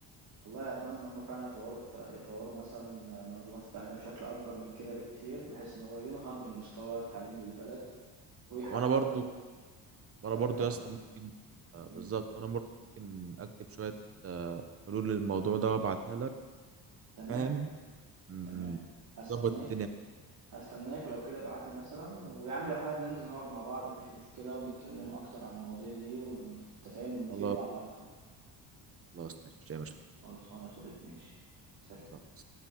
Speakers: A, on the right; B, on the right.
A: والله اتمنى ان هم فعلا يطوروا الت- يطوروا مثلا منظومات التعليميه بشكل اكبر من كده بكتير بحيث ان هو ينهض بالمستوى التعليمي للبلد ويحققوا
B: وأنا برضو وأنا
A: درجه
B: برضو
A: تعليميه
B: يا اسطى
A: كويسه
B: ممكن آه،
A: أمم،
B: بالظبط وأنا برضو ممكن أكتب شوية آه، حلول للموضوع ده وأبعتها لك
A: تمام
B: فاهم مم،
A: تمام هستناك
B: ظبط الدنيا
A: هستناك ولو كده ابعت لي مثلا ويا عم لو حابب ننزل نقعد مع بعض مفيش مشكله ونتكلم اكتر عن المواضيع دي ونتفاهم ونفيد
B: خلاص
A: بعض اكتر
B: خلاص ماشي مش مشكلة
A: خلصانه يا صديقي ماشي سلام
B: خلاص.